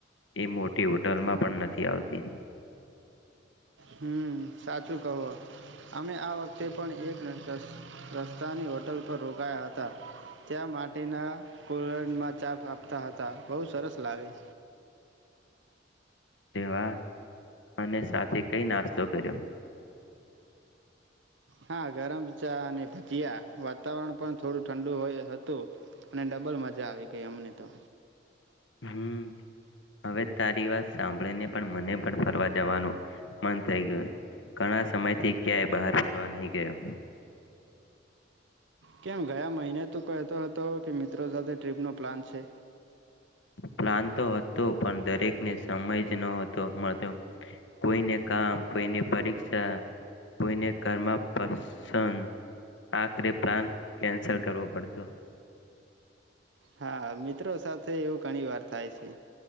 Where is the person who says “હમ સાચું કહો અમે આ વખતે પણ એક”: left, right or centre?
Right